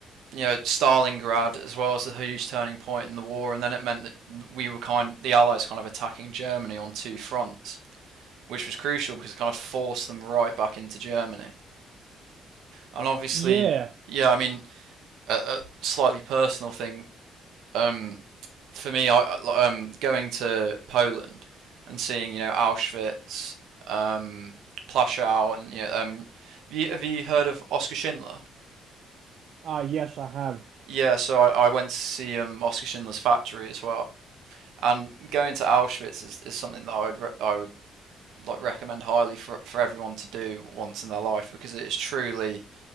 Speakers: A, on the right; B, on the right.
A: you know, Stalingrad as well as a huge turning point in the war, and then it meant that we were kind, the Allies kind of attacking Germany on two fronts, which was crucial because it kind of forced them right back into Germany. And obviously,
B: Yeah.
A: yeah, I mean, a, a slightly personal thing um, for me, I, um, going to Poland and seeing, you know, Auschwitz, um, Plaszow, and you know, um, have you, have you heard of Oskar Schindler?
B: Ah, yes, I have.
A: Yeah, so I, I went to see um, Oskar Schindler's factory as well And going to Auschwitz is, is something that I would re- I would like recommend highly for for everyone to do once in their life because it is truly